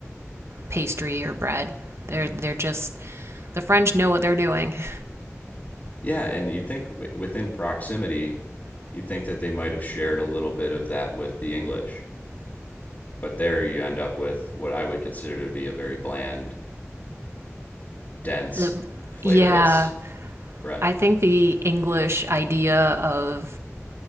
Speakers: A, on the right (about 60°); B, on the left (about 40°).
A: pastry or bread. They're they're just the French know what they're doing. <laughs>
B: Yeah, and you'd think w- within proximity, you'd think that they might have shared a little bit of that with the English. But there you end up with what I would consider to be a very bland, dense,
A: The,
B: flavorless
A: yeah,
B: bread.
A: I think the English idea of